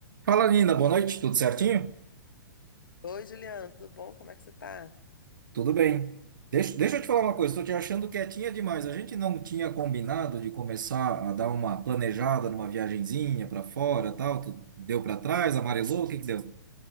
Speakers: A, on the right (about 65°); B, on the left (about 70°).
A: Fala, Nina, boa noite, tudo certinho?
B: Oi, Juliana, tudo bom? Como é que você tá?
A: Tudo bem. Deixa, deixa eu te falar uma coisa, estou te achando quietinha demais. A gente não tinha combinado de começar a dar uma planejada numa viagenzinha para fora, tal. Tu deu para trás, amarelou, o que que deu?